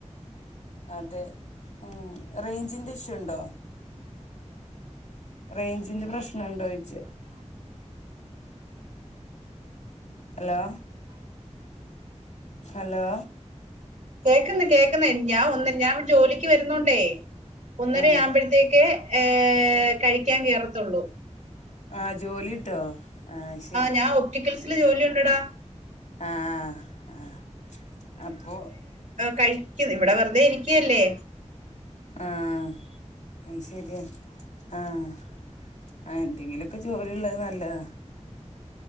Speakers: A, on the left; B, on the right.
A: അതെ ഉ റേഞ്ചിന്റെ ഇഷ്യു ഉണ്ടോ റേഞ്ചിന്റെ പ്രശ്നുണ്ടോ ചോയിച്ച ഹലോ ഹലോ
B: കേക്കുന്ന് കേക്കുന്നെ ഞാൻ ഒന്നി ഞാൻവിടെ ജോലിക്ക് വരുന്നുണ്ടേ ഒന്നര
A: ആ ആ
B: ആവുമ്പോഴത്തേക്ക് ഏ കഴിക്കാൻ കേറോ ത്തള്ളൂ <unintelligible>
A: ആഹ ജോലിട്ടോ ആ അയ്ശരി
B: ഞാൻ ഒപ്റ്റിക്കൽസിൽ ജോലിയുണ്ടടാ
A: ആ ആ ആ അപ്പൊ
B: കഴിക്ക ഇവിടെ വെറുതെ ഇരിക്കല്ലേ
A: ആഹ അ ശരിയാ ആഹ ആ എന്തെങ്കിലുമൊക്കെ ജോലിള്ളത് നല്ലതാ